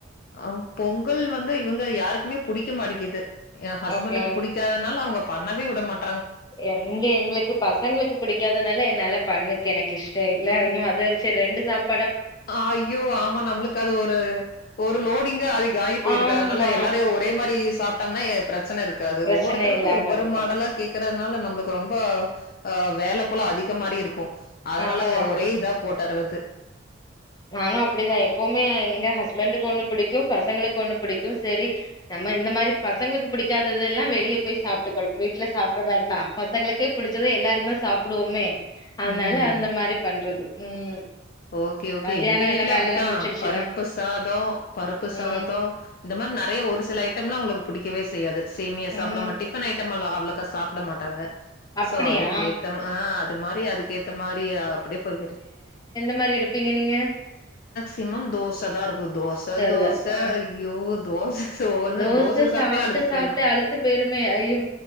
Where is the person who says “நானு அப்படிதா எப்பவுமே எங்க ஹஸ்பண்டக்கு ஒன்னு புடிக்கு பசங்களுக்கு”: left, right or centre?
Left